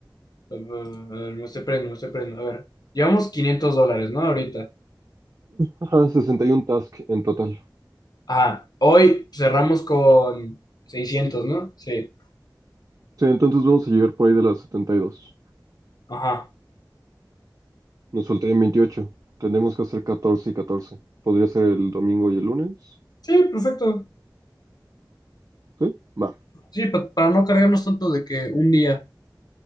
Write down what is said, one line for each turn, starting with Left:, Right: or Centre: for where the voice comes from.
Left: A ver, me estoy prendo, me estoy prendo. A ver, llevamos 500 dólares, ¿no? Ahorita.
Right: Ajá, 61 tasks en total.
Left: Ajá, hoy cerramos con seiscientos ¿no? Sí.
Right: Sí, entonces vamos a llegar por ahí de las 72.
Left: Ajá.
Right: Nos faltarían 28. Tendremos que hacer 14 y 14. ¿Podría ser el domingo y el lunes?
Left: Sí, perfecto.
Right: Sí, va.
Left: Sí, pa- para no cargarnos tanto de que un día.